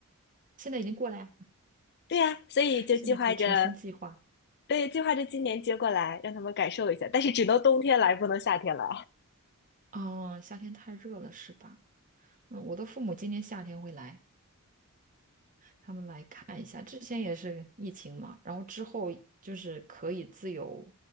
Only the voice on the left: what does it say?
对呀，所以就计划着，
对，计划着今年接过来，让他们感受一下，但是只能冬天来，不能夏天来。